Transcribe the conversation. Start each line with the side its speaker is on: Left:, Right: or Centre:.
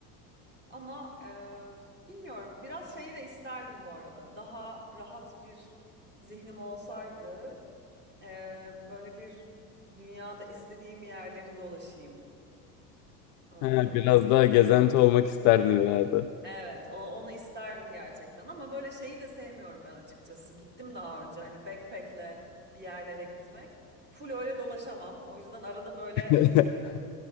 Right: Ama eee, bilmiyorum biraz şeyi de isterdim bu arada. Daha rahat bir zihnim olsaydı eee, böyle bir dünyada istediğim yerleri dolaşayım. Eee,
Left: Ha, biraz daha gezenti olmak isterdin herhalde.
Right: evet o- onu isterdim gerçekten ama böyle şeyi de sevmiyorum ben açıkçası. Gittim daha önce hani backpack'le bir yerlere gitmek. Full öyle dolaşamam. O yüzden arada böyle
Left: <laughs>